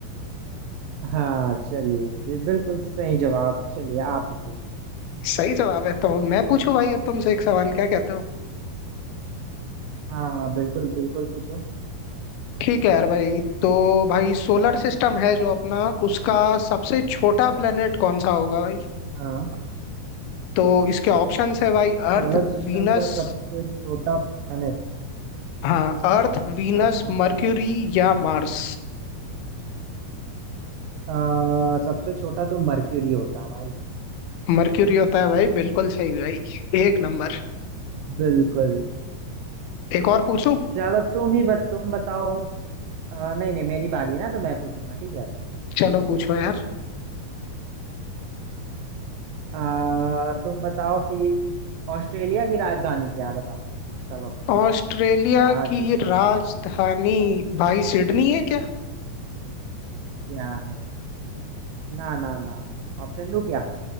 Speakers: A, on the right; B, on the left.
A: हाँ चलिए जी बिल्कुल सही जवाब चलिए आप बताइए
B: सही जवाब है तो मैं पूछूं भाई अब तुमसे एक सवाल क्या कहते हो
A: हाँ बिल्कुल बिल्कुल पूछो
B: ठीक है यार भाई तो भाई सोलर सिस्टम है जो अपना उसका सबसे छोटा प्लेनेट कौन सा होगा भाई
A: हाँ
B: तो इसके ऑप्शंस है भाई अर्थ
A: सोलर सिस्टम
B: वीनस
A: का सबसे छोटा प्लैनेट
B: हाँ अर्थ वीनस
A: हाँ
B: मर्क्यूरी या मार्स
A: हाँ अ, सबसे छोटा तो मरक्यूरी होता है भाई
B: मर्क्यूरी होता है भाई बिल्कुल सही भाई एक नंबर
A: बिल्कुल
B: एक और पूछूं
A: चलो तुम ही बत, तुम बताओ अ, नहीं नहीं मेरी बारी है ना तो मैं पूछूंगा ठीक है
B: चलो पूछो यार
A: अ, तुम बताओ कि ऑस्ट्रेलिया की राजधानी क्या है बताओ चलो
B: ऑस्ट्रेलिया
A: थोड़ा हार्ड
B: की
A: पूछता
B: राजधानी
A: हूँ
B: भाई सिडनी है क्या
A: क्या है ना ना ना ना ऑप्शन दो क्या